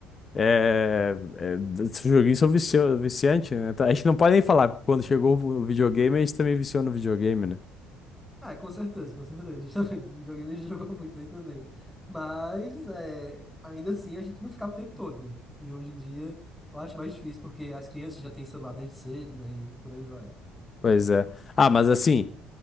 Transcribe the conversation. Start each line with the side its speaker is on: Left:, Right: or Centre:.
Left: É, é, esses joguinhos são vicio, viciantes, né? Tá, A gente não pode nem falar, porque quando chegou o videogame, a gente também viciou no videogame, né?
Centre: Ah, com certeza, com certeza, <laughs> justamente. O videogame a gente jogou muito aí também, né? Mas, é, ainda assim, a gente não ficava o tempo todo, né? E hoje em dia, eu acho mais difícil, porque as crianças já têm celular desde cedo, né? E por aí vai.
Left: Pois é. Ah, mas assim,